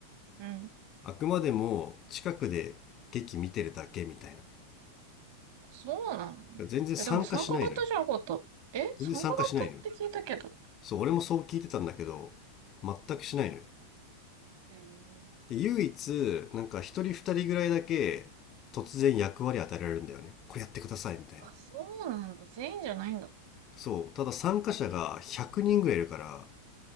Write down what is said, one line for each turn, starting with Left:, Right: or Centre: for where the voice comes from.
Right: うん
Left: あくまでも近くで劇見てるだけみたいな。
Right: そうなの
Left: 全然参加しないのよ。
Right: え、でも参加型じゃなかった。え参加型って聞いたけど。
Left: 全然参加しないのよ。そう、俺もそう聞いてたんだけど、全くしないのよ。
Right: ええ
Left: で、唯一、なんか一人二人ぐらいだけ突然役割与えられるんだよね。これやってくださいみたいな。
Right: あ、そうなんだ。全員じゃないんだ。
Left: そう、ただ参加者が100人ぐらいいるから、